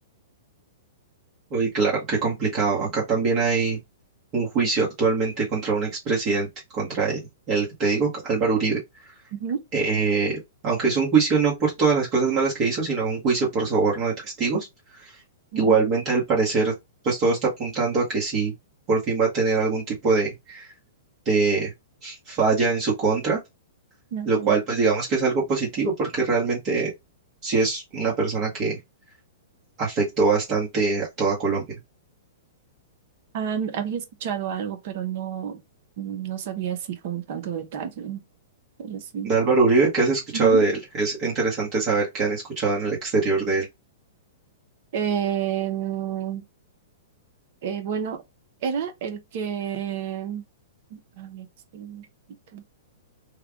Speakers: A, on the right; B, on the right.
A: Uy, claro, qué complicado. Acá también hay un juicio actualmente contra un expresidente, contra el, el que te digo, Álvaro Uribe.
B: Ujú,
A: Eh, aunque es un juicio no por todas las cosas malas que hizo, sino un juicio por soborno de testigos,
B: ujú,
A: igualmente al parecer, pues todo está apuntando a que sí, por fin va a tener algún tipo de, de falla en su contra,
B: ok.
A: lo cual pues digamos que es algo positivo porque realmente sí es una persona que afectó bastante a toda Colombia.
B: Am, había escuchado algo, pero no, no sabía así con tanto detalle, pero sí.
A: De Álvaro Uribe, ¿qué has escuchado
B: Ujú.
A: de él? Es interesante saber qué han escuchado en el exterior de él.
B: Em, eh, bueno, era el que... a ver, espera un momentito.